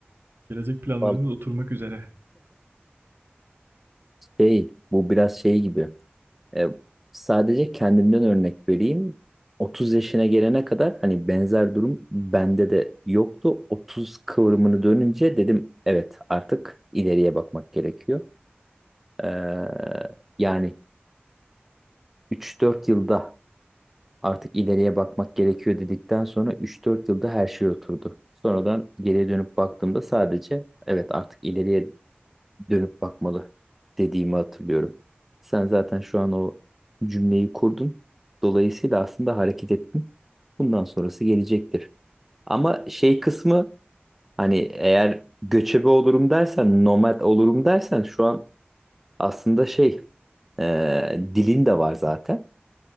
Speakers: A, on the right; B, in the centre.
A: Gelecek planlarımız
B: Vallahi
A: oturmak üzere.
B: şey, bu biraz şey gibi. E, sadece kendimden örnek vereyim. 30 yaşına gelene kadar hani benzer durum bende de yoktu. 30 kıvrımını dönünce dedim evet artık ileriye bakmak gerekiyor. Ee, yani 3-4 yılda artık ileriye bakmak gerekiyor dedikten sonra 3-4 yılda her şey oturdu. Sonradan geriye dönüp baktığımda sadece evet artık ileriye dönüp bakmalı dediğimi hatırlıyorum. Sen zaten şu an o cümleyi kurdun. Dolayısıyla aslında hareket ettin. Bundan sonrası gelecektir. Ama şey kısmı hani eğer göçebe olurum dersen, nomad olurum dersen şu an aslında şey e, dilin de var zaten.